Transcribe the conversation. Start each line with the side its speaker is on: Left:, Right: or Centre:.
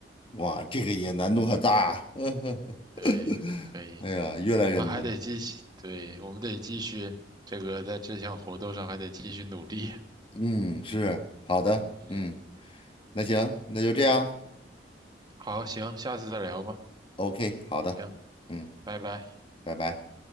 Left: 哇，这个也难度很大，<laughs>
Right: 对，可以。
Left: 哎呀，越来越难。
Right: 我们还得继续，对，我们得继续这个在这项活动上还得继续努力。
Left: 嗯，是，好的，
Right: 嗯，
Left: 嗯，那行，那就这样
Right: 好，行，下次再聊吧。
Left: ，OK，好的，
Right: 行，
Left: 嗯，
Right: 拜拜。
Left: 拜拜。